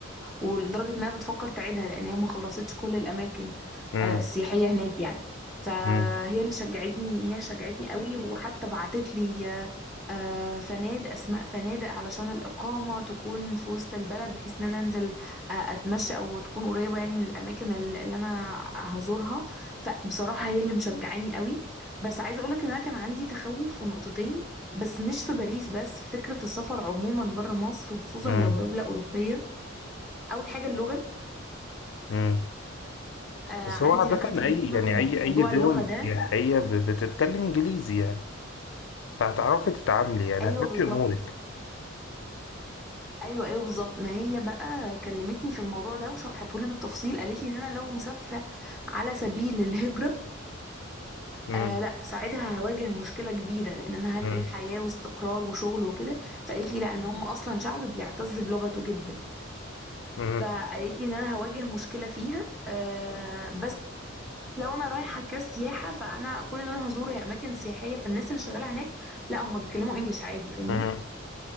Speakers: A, in the centre; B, on the left.
A: ولدرجه انها بتفكر تعيدها لان هي ما خلصتش كل الاماكن
B: مم.
A: آه، السياحيه هناك يعني فهي
B: مم.
A: اللي شجعتني هي شجعتني قوي وحتى بعتت لي آه، فنادق اسماء فنادق علشان الاقامه تكون في وسط البلد بحيث ان انا انزل آه، اتمشى او تكون قريبه يعني من الاماكن ال- اللي انا هزورها فبصراحه هي اللي مشجعاني قوي بس عايزه اقولك ان انا كان عندي تخوف في نقطتين بس مش في باريس بس فكره السفر عموما بره مصر وخصوصا
B: مم.
A: لو دوله اوروبيه اول حاجه اللغه
B: مم.
A: آه،
B: بس
A: عندي
B: هو عادة
A: عندي مشكله
B: اي يعني
A: في
B: اي اي
A: موضوع
B: دول
A: اللغه ده
B: سياحية ب- بتتكلم انجليزي يعني فهتعرفي تتعاملي يعني
A: ايوه
B: هتمشي
A: بالظبط
B: امورك
A: ايوه ايوه بالظبط ما هي بقى كلمتني في الموضوع ده وشرحته لي بالتفصيل قالت لي ان انا لو مسافره على سبيل الهجره
B: مم.
A: آه لا ساعتها هواجه مشكله كبيره لان انا هنقل
B: مم.
A: حياه واستقرار وشغل وكده فقالت لي لا ان هم اصلا شعب بيعتز بلغته جدا
B: مم.
A: فقالت لي ان انا هواجه مشكله فيها آه بس لو انا رايحه كسياحه فانا كل اللي انا هزوره هي اماكن سياحيه فالناس اللي شغاله هناك لا هم بيتكلموا انجلش عادي فاهمني
B: مم.